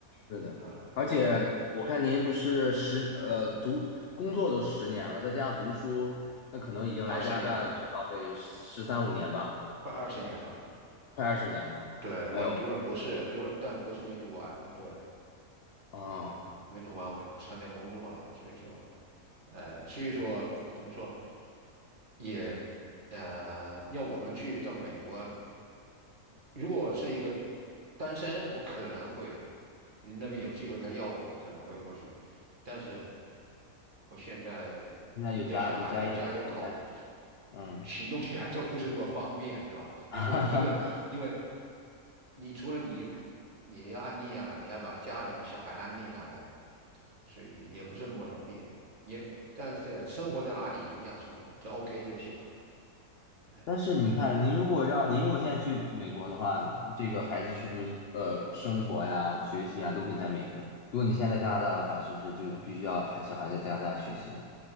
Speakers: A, on the left; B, on the right.
A: 是的，
B: 啊、
A: 而且我看您不是十呃读工作都十年了，
B: 我我
A: 再加上读书，那可能已经来加拿大至少得十三五年吧，
B: 二十年了，快二十年了，
A: 快二十年了。
B: 对，我读了博士，
A: 哎呦
B: 读了，但博士没读完，对。
A: 啊，
B: 呃，没读完我就参加工作了，所以说，呃，所以说怎么说，也呃，要我们去到美国，如果我是一个单身，我可能会那边有机会，他要我，我可能会过去。但是我现在
A: 现在有家有家业有家庭，
B: 有小孩，有家有口，
A: 嗯，
B: 行动起来就不是那么方便，是吧？你不能一个人，
A: <laughs>
B: 因为你除了你，你要安定下来，你还要把家人、小孩安定下来，所以也不是那么容易。也，但是生活在哪里也一样生活，这 OK 就行了。呃，
A: 但是你看，您如果让您如果现在去美国的话，这个孩子是不是呃生活呀、学习啊都可以在美国？如果你现在在加拿大的话，是不是就必须要孩小孩在加拿大学习呢？